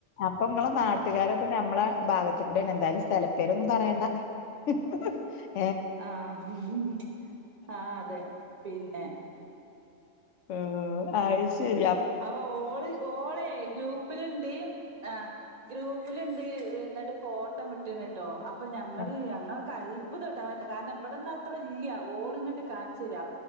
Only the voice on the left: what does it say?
അപ്പൊ ങ്ങളെ നാട്ടുകാരൊക്കെ നമ്മളെ ഭാഗത്കൂടാണ് ന്തായാലും സ്ഥലപ്പേരൊന്നും പറേണ്ട ഹി ഹ് ഹ്
ഓ അഹ്ശരി
ആഹ്